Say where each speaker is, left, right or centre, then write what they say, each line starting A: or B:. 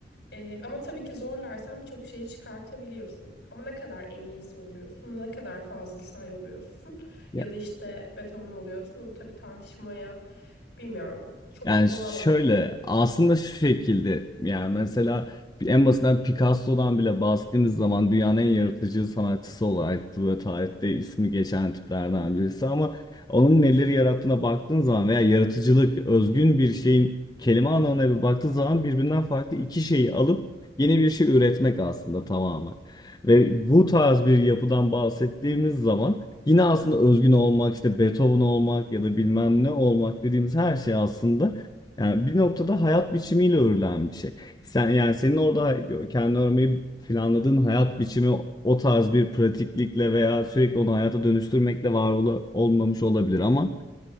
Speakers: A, on the left; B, on the left.
A: Ee, ama tabii ki zorlarsan birçok şeyi çıkartabiliyorsun. Ama ne kadar en iyisi oluyorsun, ne kadar Fazıl Say oluyorsun
B: ya-
A: ya da işte Beethoven oluyorsun. O tabii tartışmaya bilmiyorum. Çok
B: Yani
A: olamaz.
B: şöyle aslında şu şekilde yani mesela en basitinden Picasso'dan bile bahsettiğimiz zaman dünyanın en yaratıcı sanatçısı olarak böyle tarihte ismi geçen tiplerden birisi ama onun neleri yarattığına baktığın zaman veya yaratıcılık özgün bir şeyin kelime anlamına bir baktığın zaman birbirinden farklı iki şeyi alıp yeni bir şey üretmek aslında tamamen. Ve bu tarz bir yapıdan bahsettiğimiz zaman yine aslında özgün olmak, işte Beethoven olmak ya da bilmem ne olmak dediğimiz her şey aslında yani bir noktada hayat biçimiyle örülen bir şey. Sen yani senin orada kendi örmeyi planladığın hayat biçimi o tarz bir pratiklikle veya sürekli onu hayata dönüştürmekle var ola- olmamış olabilir ama